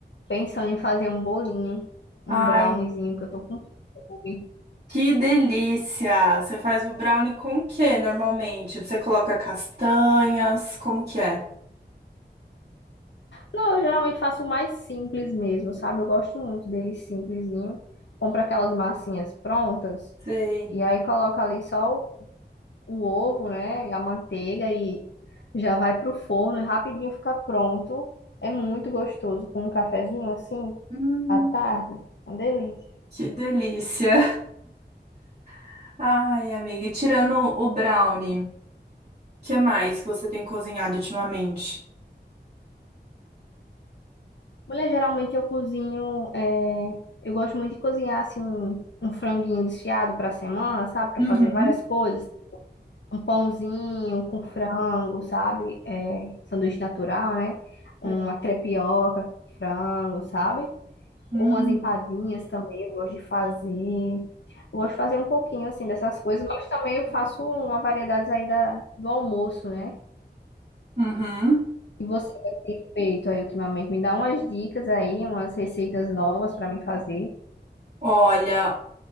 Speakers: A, on the left; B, on the right.
A: pensando em fazer um bolinho,
B: Ai,
A: um browniezinho, que eu tô com fome.
B: que delícia! Você faz o brownie com o quê normalmente? Você coloca castanhas? Como que é?
A: Não, eu geralmente faço o mais simples mesmo, sabe? Eu gosto muito dele simplesinho. Compro aquelas massinhas prontas
B: Sei.
A: e aí coloco ali só o ovo, né, e a manteiga e já vai pro forno e rapidinho fica pronto. É muito gostoso com um cafezinho assim
B: Hum,
A: à tarde, uma delícia.
B: que delícia! <laughs> Ai, amiga, e tirando o brownie, o que mais que você tem cozinhado ultimamente?
A: Mulher, geralmente eu cozinho, é, eu gosto muito de cozinhar assim um franguinho desfiado para semana, sabe, para
B: Uhum.
A: fazer várias coisas, um pãozinho com frango, sabe, é, sanduíche natural, né, uma
B: É.
A: crepioca com frango, sabe?
B: Hum.
A: Umas empadinhas também eu gosto de fazer. Eu gosto de fazer um pouquinho assim dessas coisas, mas também eu faço uma variedade aí da, do almoço, né?
B: Uhum.
A: E você o que tem feito aí ultimamente? Me dá umas dicas aí, umas receitas novas para mim fazer.
B: Olha,